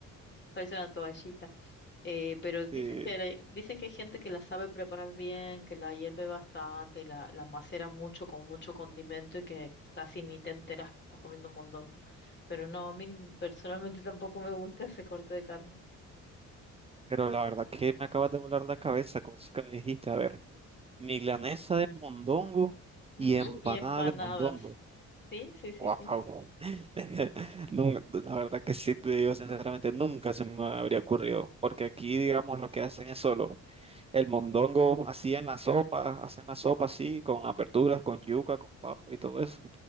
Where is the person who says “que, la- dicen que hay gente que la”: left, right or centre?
Left